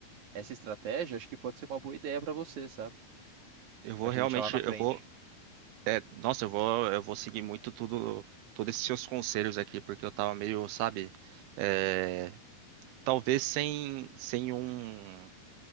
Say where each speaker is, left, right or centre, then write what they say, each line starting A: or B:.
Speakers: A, on the right; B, on the right.
A: essa estratégia acho que pode ser uma boa ideia para você, sabe?
B: Eu vou
A: Vai
B: realmente,
A: te deixar lá na frente,
B: eu vou, é, nossa, eu vou, eu vou seguir muito tudo, todos esses seus conselhos aqui, porque eu tava meio, sabe, é, talvez sem, sem um,